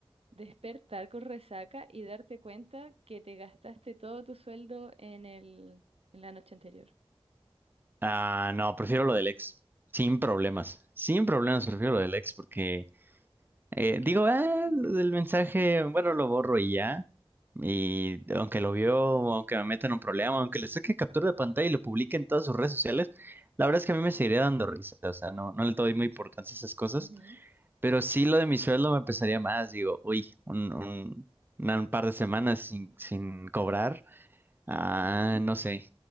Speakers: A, on the right; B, on the right.
A: despertar con resaca y darte cuenta que te gastaste todo tu sueldo en el, en la noche anterior?
B: Ah, no, prefiero lo del ex, sin problemas, sin problemas prefiero lo del ex porque eh, digo, ah, lo del mensaje, bueno, lo borro y ya, y aunque lo vio, aunque me metan un problema, aunque le saque captura de pantalla y lo publique en todas sus redes sociales, la verdad es que a mí me seguiría dando risa, o sea, no, no le doy muy importancia a esas cosas,
A: Ujú,
B: pero sí lo de mi sueldo me pesaría más, digo, uy, un, un, una- un par de semanas sin, sin cobrar. Ah,
A: ujú.
B: no sé.